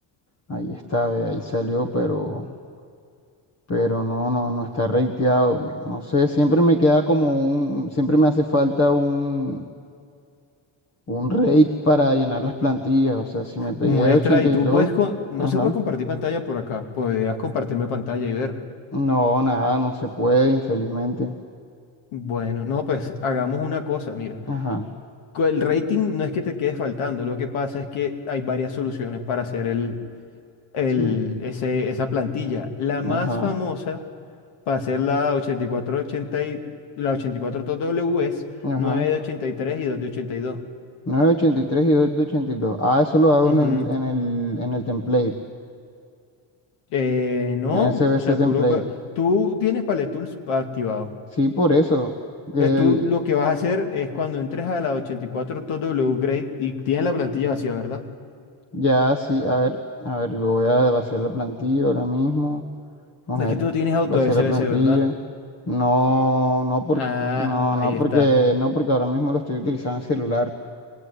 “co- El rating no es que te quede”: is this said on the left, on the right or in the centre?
Left